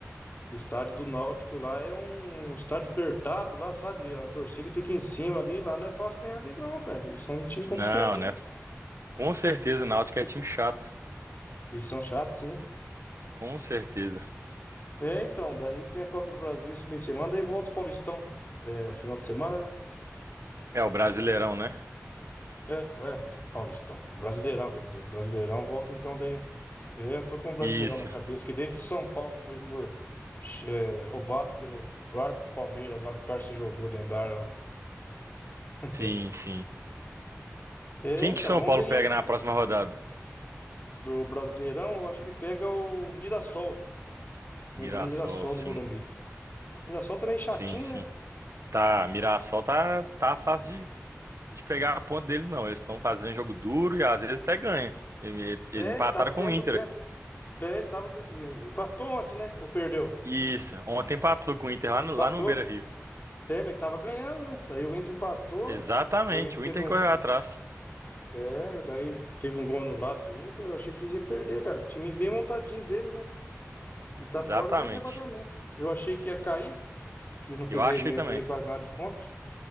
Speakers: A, on the left (about 40°); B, on the right (about 65°).
A: O estádio do Náutico lá é um estádio apertado lá, sabe? A torcida fica em cima ali, lá não é fácil ganhar deles não, pé. Eles são um time complicadinho.
B: Não, né? Com certeza o Náutico é time chato.
A: Eles são chatos, sim.
B: Com certeza.
A: É, então, daí tem a Copa do Brasil esse meio de semana, daí volta o Paulistão. É, final de semana, né?
B: É o Brasileirão, né?
A: É, é, Paulistão. O Brasileirão, quer dizer. O Brasileirão volta então daí. É, eu tô com o Brasileirão
B: Isso.
A: na cabeça, que desde São Paulo foi mor- é, roubado pelo, pelo árbitro do Palmeiras lá, que o cara se jogou dentro da área lá. <laughs>
B: Sim, sim.
A: É,
B: Quem
A: então,
B: que São
A: vamos
B: Paulo
A: ver aí
B: pega na próxima rodada?
A: do Brasileirão, eu acho que pega o Mirassol. Se não me
B: Mirassol,
A: engano, o Mirassol
B: sim.
A: no Morumbi. Mirassol também chatinho,
B: Sim, sim.
A: né?
B: Tá, Mirassol tá, tá fácil de, de pegar a ponta deles, não. Eles estão fazendo jogo duro e às vezes até ganha. Ele- Eles
A: É,
B: empataram
A: estava
B: com
A: ganhando
B: o Inter.
A: do Grêmio. É, estava. eh, Empatou ontem, né? Ou perdeu?
B: Isso. Ontem empatou com o Inter lá no,
A: Empatou.
B: lá no Beira-Rio.
A: É, mas estava ganhando, né? Daí o Inter empatou.
B: Exatamente.
A: Aí o Inter
B: O
A: teve
B: Inter
A: um.
B: correu atrás.
A: É, daí teve um gol anulado do Inter. Eu achei que ia perder, cara. Time bem montadinho deles, né? E tá
B: Exatamente.
A: fora da zona de rebaixamento. Eu achei que ia cair, que não, fez,
B: Eu achei
A: não ia
B: também.
A: fazer quase nada de pontos.